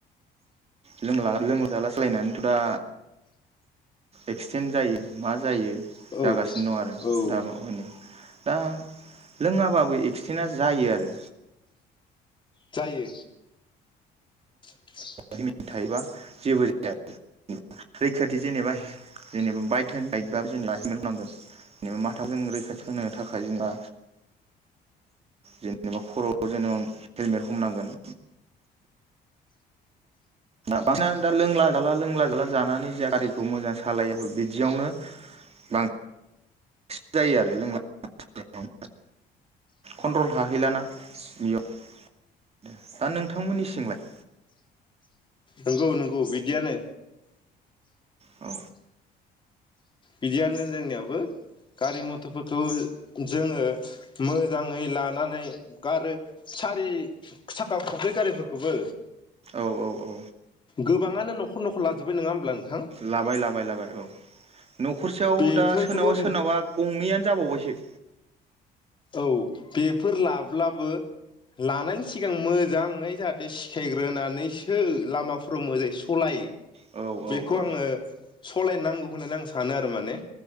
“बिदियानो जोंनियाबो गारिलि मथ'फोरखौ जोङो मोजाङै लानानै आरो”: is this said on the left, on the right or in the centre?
Left